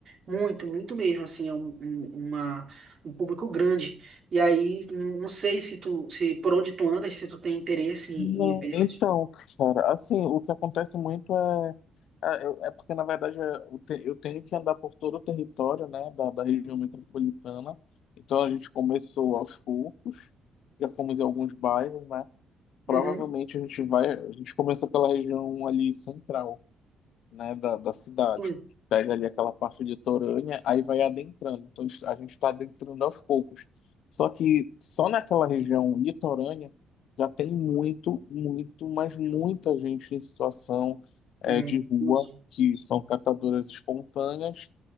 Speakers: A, on the right; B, on the left.
A: Muito, muito mesmo, assim, é um, um- uma, um público grande. E aí, n- não sei se tu, se por onde tu andas, se tu tem interesse em,
B: Não,
A: em vê-las.
B: Então, cara, assim, o que acontece muito é, é, eu- é porque, na verdade, é, eu, te- eu tenho que andar por todo o território, né, da, da região metropolitana. Então, a gente começou aos poucos, já fomos em alguns bairros, né?
A: Uhum.
B: Provavelmente a gente vai, a gente começou pela região ali central né, da, da cidade.
A: Sim.
B: Pega ali aquela parte de litorânea, aí vai adentrando. Então isso- a gente está adentrando aos poucos. Só que só naquela região litorânea já tem muito, muito, mas muita gente em situação eh,
A: Uhum.
B: de rua,
A: Entendi.
B: que são catadoras espontâneas,